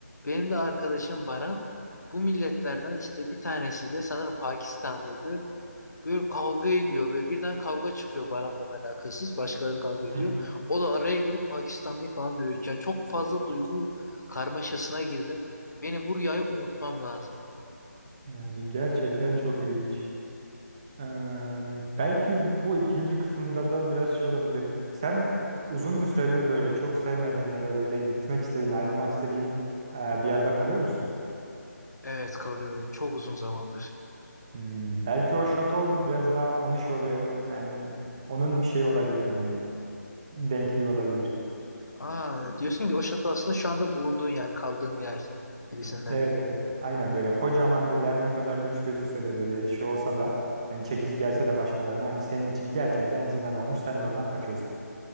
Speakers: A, on the left; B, on the right.
A: Benim de arkadaşım Baran bu milletlerden işte bir tanesiyle sanırım Pakistanlıydı. Böyle kavga ediyor ve birden kavga çıkıyor Baran'dan alakasız. Başkaları kavga ediyor.
B: Hmm.
A: O da araya girip Pakistanlıyı falan dövüyor. Yani çok fazla duygu karmaşasına girdim. Benim bu rüyayı unutmam lazım.
B: Yani gerçekten çok ilginç. Eee, belki bu ikinci kısımda da biraz şey olabilir. Sen uzun bir süredir böyle çok sevmediğin ya da böyle gitmek istediğin, ayrılmak istediğin eee, bir yerde kalıyor musun?
A: Evet kalıyorum. Çok uzun zamandır.
B: Hmm, belki o şato biraz daha onun şey oluyor yani onun bir şeyi olabilir hani denkliği olabilir.
A: Aa, diyorsun ki o şato aslında şu anda bulunduğun yer, kaldığın yer gibisinden.
B: Evet evet aynen böyle kocaman böyle her ne kadar lüks gözükse de böyle şey olsa da hani çekici gelse de başkalarına hani senin için gerçekten zindan olmuş sen de oradan kaçıyorsun.